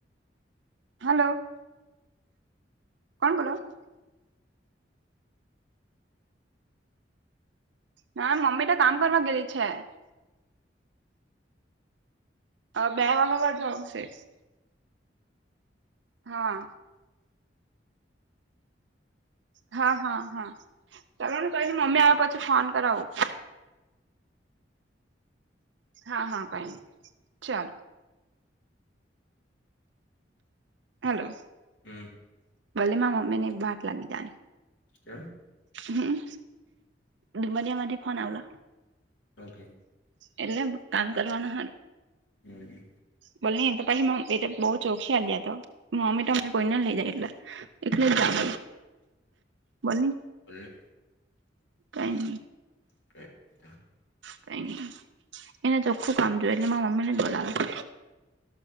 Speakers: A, on the right (about 75°); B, on the left (about 85°).
A: હલો. <unintelligible> કોણ કોલો? <unintelligible> ના મમ્મી તો કામ કરવા ગેલી છે. <unintelligible> અ બે વાગ વાર જાંશે <unintelligible> હા. <unintelligible> હા હા હા ચાલ કહી મમ્મી આવે પછી ફોન કરાવું. <unintelligible> હા હા કઈ નહી ચાલ. <unintelligible> હલો.
B: હમ
A: ભલીમાં મમ્મીને બાહટ લાગી જની.
B: કેમ?
A: હમ દબ દિયા માથી ફન આવેલો.
B: ઓકે.
A: એટલે કામ કરવાનું હ.
B: હમ.
A: બોને એ તો પછ એ બઉુ ચોખી હ લયા તો મમ્મી તો મમને કોઈને લઈ જાયલા. એલે જાવ બ <unintelligible>
B: હ <unintelligible>
A: કઈ નહી.
B: ક <unintelligible>
A: કઈ નઈ એને ચોખ્ખું કામ જોયું એટલે મા મમ્મી ને બોલાવે છે.